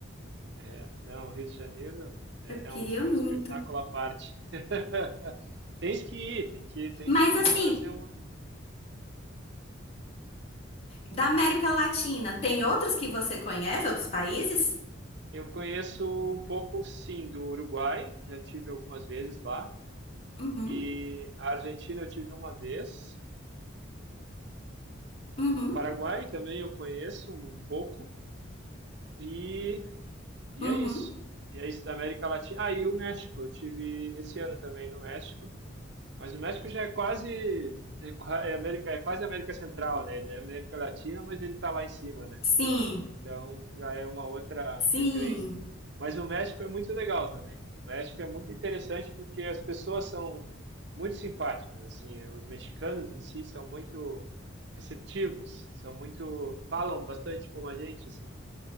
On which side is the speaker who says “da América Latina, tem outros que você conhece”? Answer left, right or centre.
Left